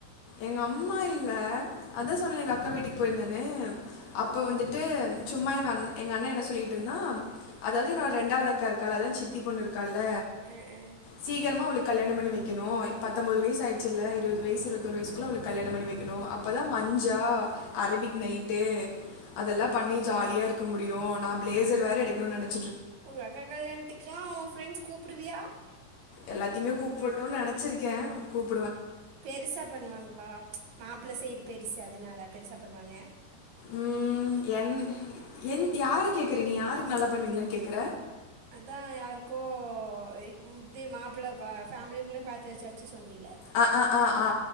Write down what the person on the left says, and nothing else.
எங்க அம்மா இல்ல அத்த சொன்னல்ல எங்க அக்கா வீட்டுக் போய்ர்ந்தனு அப்ப
வந்துட்டு சும்மா எங்க அண் எங்க அண்ணெ என்ன சொல்லிகிட்டிருந்தா, அதாவ்து என்னோட ரெண்டாவது அக்கா இருக்கால்ல அதாவ் சித்தி பொண்ணு இருக் கால்ல
சீக்கிரமா அவுளுக் கல்யாணம் பண்ணி வெக்கணு இ பத்தொம்பது வயசு ஆயிச்சுல்ல, இருவது வயசு இருவ தொரு வயசுக்குள்ள அவுளுக் கல்யாணம் பண்ணி வெய்க்கணு அப்ப தா மஞ்சா, அரபிக் நைட்டு அதல்லா பண்ணி ஜாலியாருக் க்க முடியு. நா பிளேசர் வேற எடுக்குணுன் நெனச்
எல்லாத்திமே கூப்புன்னுன் நெனச்சிருக்கே கூப்
உம் என், என் யார கேக்கற நீ? யாருக் நல்லா பண்ணுவிங்ளான் கேக்ற?
அ அ அ ஆ